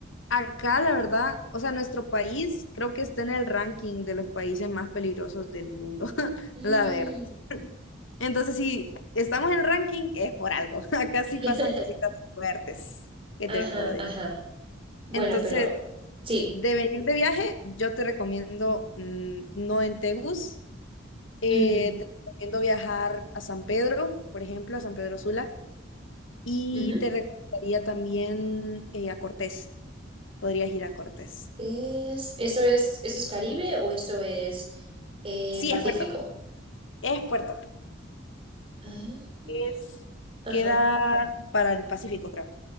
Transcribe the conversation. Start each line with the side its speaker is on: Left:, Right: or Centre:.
Left: Acá, la verdad, o sea, nuestro país creo que está en el ranking de los países más peligrosos del mundo, <laughs>
Right: Mm.
Left: la verdad. Entonces, si estamos en el ranking, es por algo. <laughs> Acá sí
Right: <laughs>
Left: pasan cositas fuertes que
Right: Ajá,
Left: te puedo decir.
Right: ajá. Bueno,
Left: Entonces,
Right: pero sí.
Left: de venir de viaje, yo te recomiendo mm, no en Tegus, eh,
Right: Ujú,
Left: te recomiendo viajar a San Pedro, por ejemplo, a San Pedro Sula, y
Right: ujú.
Left: te recomendaría también eh, a Cortés. Podrías ir a Cortés.
Right: Es, ¿eso es, eso es Caribe o eso es eh,
Left: Sí,
Right: Pacífico?
Left: es puerto. Es puerto.
Right: Ah,
Left: Es,
Right: Ajá.
Left: queda para el Pacífico, creo.